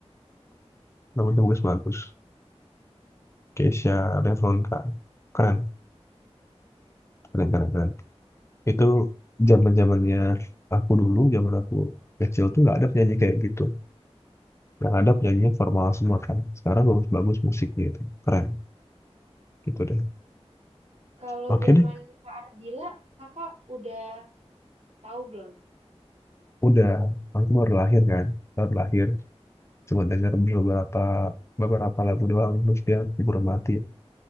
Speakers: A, on the left (about 25°); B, on the right (about 75°).
A: Bagusnya bagus-bagus. Keisha Revlonka. Keren, keren, keren, keren. Itu zaman zamannya aku dulu, zaman aku kecil tuh nggak ada penyanyi kayak gitu. Yang ada penyanyi formal semua kan. Sekarang bagus-bagus musiknya itu. Keren, gitu deh.
B: Kalau
A: Oke
B: zaman
A: deh,
B: Kak Ardila, kakak udah tahu belum?
A: udah. Aku baru lahir kan. Baru lahir. Cuma denger beberapa beberapa lagu doang. Terus dia keburu mati ya.